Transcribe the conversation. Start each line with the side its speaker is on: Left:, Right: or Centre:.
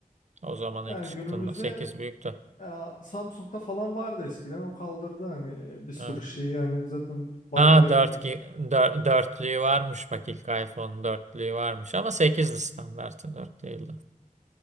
Right: O zaman
Left: yani
Right: ilk çıktığında
Left: günümüzde
Right: 8 büyüktü.
Left: Ya, Samsung'da falan vardı eskiden o kaldırdı hani e, bir sürü
Right: Evet.
Left: şeyi yani zaten bataryada
Right: Ha dört,
Left: değiş.
Right: ki- dör- dörtlüğü varmış bak ilk iPhone'un dörtlüğü varmış ama 8'di standartı dört değildi.